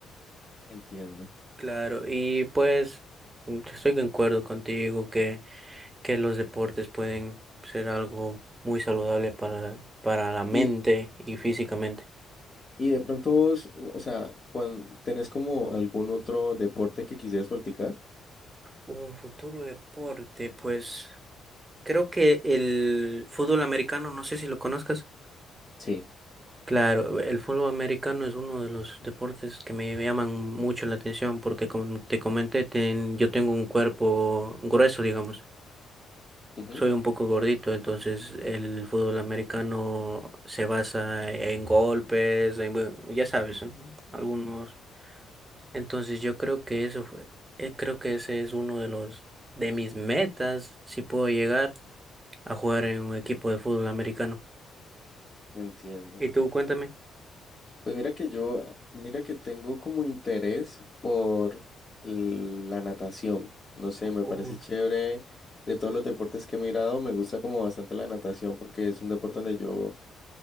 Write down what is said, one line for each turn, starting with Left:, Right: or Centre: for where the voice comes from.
Left: Entiendo.
Right: Claro, y pues mm, estoy de acuerdo contigo que, que los deportes pueden ser algo muy saludable para, para la mente
Left: y
Right: y físicamente.
Left: Y de pronto vos, o sea, cuando tenés como algún otro deporte que quisieras practicar?
Right: Un futuro deporte, pues creo que el fútbol americano, no sé si lo conozcas.
Left: Sí,
Right: Claro, el fútbol americano es uno de los deportes que me llaman mucho la atención porque como te comenté, ten- yo tengo un cuerpo grueso, digamos,
Left: ujú,
Right: soy un poco gordito, entonces el fútbol americano se basa en golpes, en, bueno, ya sabes, ¿eh? Algunos. Entonces yo creo que eso fue, eh, creo que ese es uno de los, de mis metas, si puedo llegar a jugar en un equipo de fútbol americano.
Left: entiendo.
Right: ¿Y tú, cuéntame?
Left: Pues mira que yo, ah, mira que tengo como interés por l- la natación. No sé, me
Right: Ujú,
Left: parece chévere. De todos los deportes que he mirado, me gusta como bastante la natación porque es un deporte donde yo,